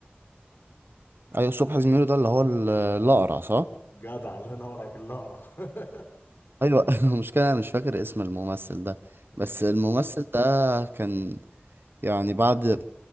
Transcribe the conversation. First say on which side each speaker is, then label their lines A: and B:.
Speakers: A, on the right; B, on the left.
A: أيوة صبحي زميلو ده اللي هو ال- الأقرع صح؟
B: جدع الله ينور عليك اللي اقرع <laughs>
A: أيوة <laughs> المشكلة أنا مش فاكر اسم الممثل ده
B: مم.
A: بس الممثل ده كان يعني بعد